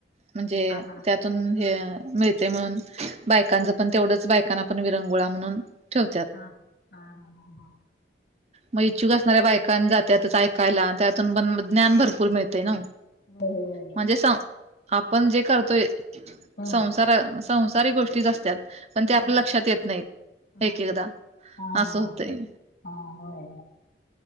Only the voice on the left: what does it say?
हा
हा हा हा हा हा हा
होय
होय
हा
हा
हा हा हा
हा हा
हा
होय